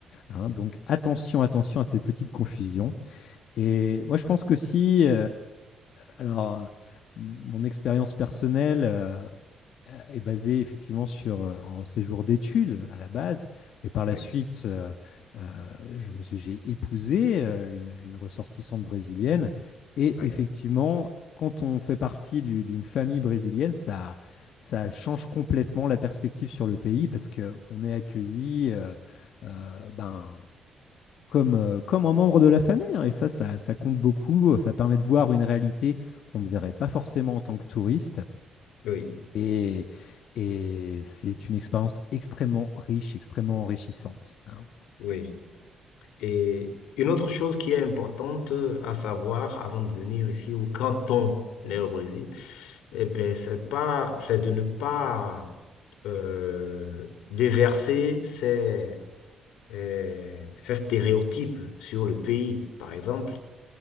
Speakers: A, on the left (about 70°); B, on the left (about 85°).
A: hein. donc attention, attention à ces petites confusions. Et moi, je pense que si, alors, mon expérience personnelle. euh, euh, est basé effectivement sur euh, un séjour d'études à la base, mais par la
B: Oui,
A: suite, euh, euh, je me suis, j'ai épousé euh, une, une ressortissante brésilienne. Et
B: oui,
A: effectivement, quand on fait partie du- d'une famille brésilienne, ça, ça change complètement la perspective sur le pays parce qu'on est accueilli euh, euh, ben, comme, euh, comme un membre de la famille. hein. et ça, ça, ça compte beaucoup. Ça permet de voir une réalité qu'on ne verrait pas forcément en tant que touriste.
B: oui,
A: Et, et c'est une expérience extrêmement riche, extrêmement enrichissante. hein.
B: oui. Et une autre chose qui est importante à savoir avant de venir ici ou quand on est au Brésil, eh ben, c'est pas, c'est de ne pas euh, déverser ces, euh, ces stéréotypes sur le pays. Par exemple,